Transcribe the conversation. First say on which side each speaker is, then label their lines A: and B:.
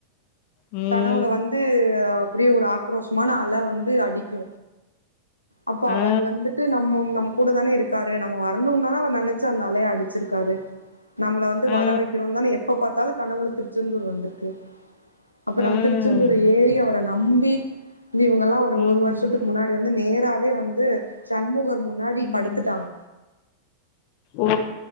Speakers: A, on the left; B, on the left.
A: ம்
B: கனவுல வந்து அப்டியே ஒரு ஆக்ரோசமான அல வந்து அடிக்கு அப்ப
A: ஆ,
B: அவரு வந்துட்டு நம்ம நம்ம கூட தான இருக் க்காரு நம்ம வரணுனு தான அவர் நெனச்சு அந்த அலைய அடுச்சுருக்காரு நம்மள வந்து
A: ஆ,
B: வர வைக்கணுன் தான எப்ப பாத்தாலு கனவுல திருச்செந்தூர் வந்துருக்கு அப்ப நம்ம
A: ஆ.
B: திரு திருச்சந்தூர ஏறி அவர நம்பி நம்பி இவுங்கல்லா ஒரு
A: ம்
B: ஒரு வருஷத்துக் முன்னாடி வந்து நேராவே வந்து சண்முகர் மு முன்னாடி
A: ம்
B: படுத்துட்டாங்க
A: ஓ